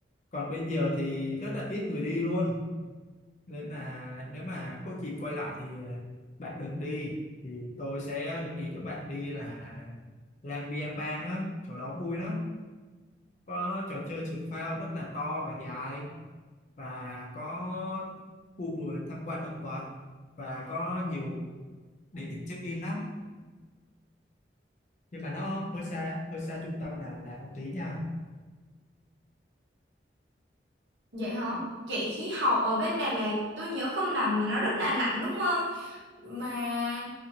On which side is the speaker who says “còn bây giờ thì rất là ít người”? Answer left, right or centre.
Left